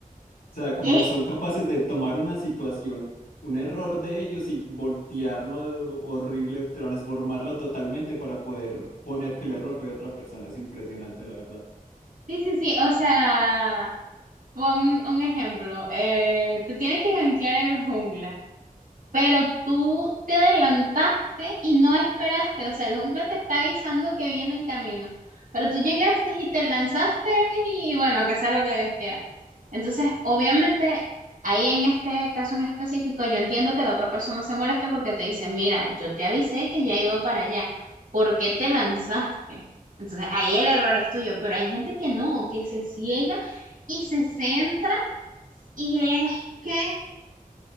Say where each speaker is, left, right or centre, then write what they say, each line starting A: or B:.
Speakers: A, on the left; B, on the right.
A: O sea, como
B: Eh,
A: son capaces de tomar una situación, un error de ellos y voltearlo horrible, transformarlo totalmente para poder poner que el error fue de otra persona. Es impresionante, la verdad.
B: sí, sí, sí, o sea, pon un ejemplo, eh, tú tienes que gankear el jungla. pero tú te adelantaste y no esperaste, o sea, el jungla te está avisando que viene en camino, pero tú llegaste y te lanzaste y bueno, que sea lo que Dios quiera. Entonces, obviamente, ahí en este caso en específico, yo entiendo que la otra persona se moleste porque te dice, mira, yo te avisé que ya iba para allá, ¿por qué te lanzaste? Entonces, ahí el error es tuyo, pero hay gente que no, que se ciega y se centra y es que